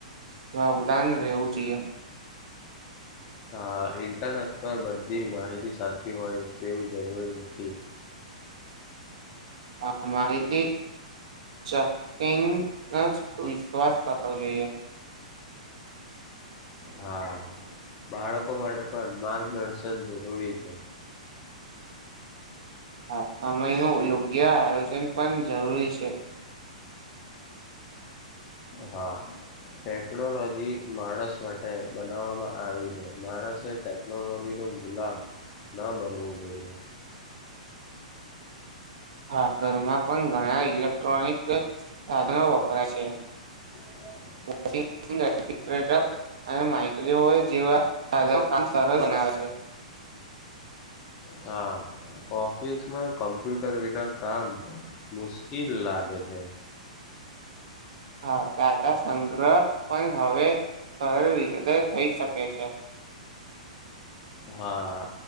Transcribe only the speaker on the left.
હા ઇન્ટરનેટ પર બધી માહિતી સાચી હોય તેવું જરૂરી નથી
હા બાળકો માટે પણ માર્ગદર્શન જરૂરી છે
હા ટેકનોલોજી માણસ માટે બનાવવામાં આવી છે માણસે ટેકનોલોજી ન ગુલામ ના બનવું જોઈએ
હ
હા. ઓફિસ માં કમ્પ્યુટર વિના કામ મુશ્કીલ લાગે છે.
હા